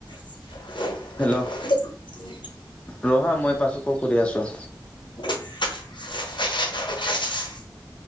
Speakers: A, on the left (about 75°); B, on the left (about 15°).
A: <inaudible>
B: হেল্ল'
A: <unintelligible>
B: ৰহা মই পাছত কল কৰি আছোঁ?
A: <inaudible>